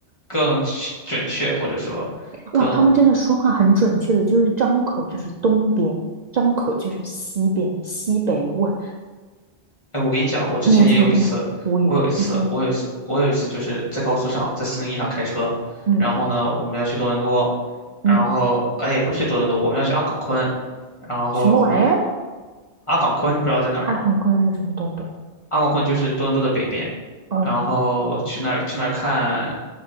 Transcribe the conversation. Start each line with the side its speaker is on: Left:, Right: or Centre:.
Left: 更准确，或者说更。
Right: 哇，他们真的说话很准确的，就是张口就是东边，张口就是西边，西北，哇，
Left: 哎，我跟你讲，我之前也有一次，
Right: 年轻人真的很无语，
Left: 我有一次，
Right: 你说。
Left: 我有一次，我有一次就是在高速上，在四零一上开车，
Right: 嗯
Left: 然后呢，我们要去多伦多，
Right: 嗯，
Left: 然后哎，也不是去多伦多，我们要去阿岗昆，然后
Right: 什么玩意儿？
Left: 阿岗昆你不知道在哪儿吗？
Right: 二抗昆是什么东东？
Left: 阿岗昆就是多伦多的北边，
Right: 哦，
Left: 然后去那儿去那儿看，